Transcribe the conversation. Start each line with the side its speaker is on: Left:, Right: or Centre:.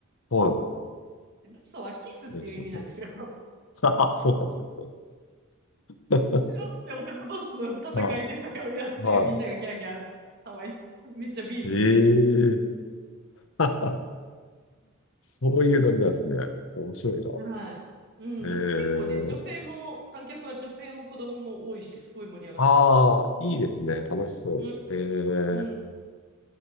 Left: は
Right: でベーソーはキスっていう意味なんですよ。
Left: い。ええちょっとあ、そうですね。<laughs>
Right: しろっつって男同士の戦いでそれをやって、
Left: はい。は
Right: みんながギャーギャー騒い、めっちゃビール飲んで。
Left: い。<laughs> ええ <laughs> そういうノリなんですね。面白いな。
Right: はい。うん、
Left: ええ
Right: なんか結構ね、女性も、観客は女性も子供も多いし、すごい盛り上がってます。
Left: ああ、いいですね。楽しそう。
Right: うん、
Left: ええ
Right: うん、